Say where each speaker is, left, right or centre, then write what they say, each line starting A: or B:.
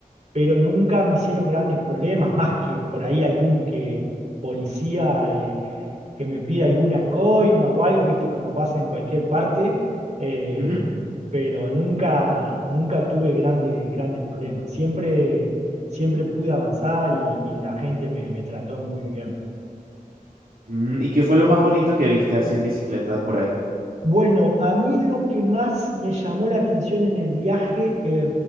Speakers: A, on the right; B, on the right.
A: pero nunca me hicieron grandes problemas, más que por ahí algún que policía eh, que me pida alguna coima o algo, viste, como pasa en cualquier parte, eh,
B: Ujú.
A: pero nunca, nunca tuve grandes, grandes problemas. Siempre, siempre pude avanzar y, y la gente me, me trató muy bien.
B: Mm, ¿Y qué fue lo más bonito que viste así en bicicleta por ahí?
A: Bueno, a mí lo que más me llamó la atención en el viaje eh,